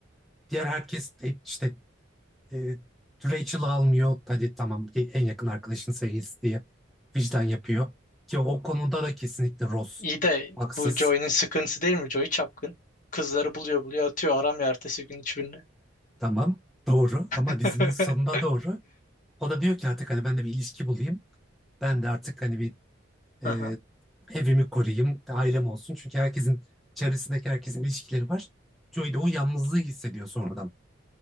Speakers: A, in the centre; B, on the left.
A: Diğer herkes de işte e, Rachel'ı almıyor. Hadi tamam e, en yakın arkadaşın sevgilisi diye vicdan yapıyor. Ki o konuda da kesinlikle Ross
B: İyi de
A: haksız.
B: bu Joy'un sıkıntısı değil mi? Joy çapkın. Kızları buluyor buluyor atıyor aramıyor ertesi gün hiçbirini.
A: Tamam doğru
B: <laughs>
A: ama dizinin sonunda doğru. O da diyor ki artık hani ben de bir ilişki bulayım. Ben de artık hani bir
B: Aha.
A: e, evimi koruyayım, ailem olsun. Çünkü herkesin çevresindeki herkesin ilişkileri var. Joey de o yalnızlığı hissediyor sonradan.